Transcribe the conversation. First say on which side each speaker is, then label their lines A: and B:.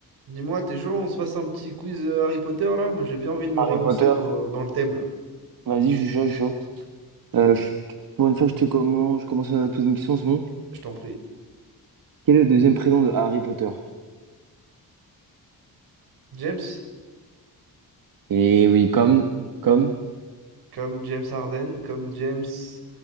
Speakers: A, on the right; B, on the right.
A: Dis-moi, t'es chaud, on se fasse un petit quiz euh, Harry Potter là? Moi j'ai bien envie de me
B: Harry
A: relancer
B: Potter,
A: dans, le dans le thème là.
B: vas-y, je suis chaud, je suis chaud.
A: Vas-y,
B: Euh, je- pour une fois, je te commence, je commence à te poser une question en ce moment.
A: je t'en prie.
B: Quel est le deuxième prénom de Harry Potter?
A: James,
B: Et oui, comme, comme,
A: comme James Harden, comme James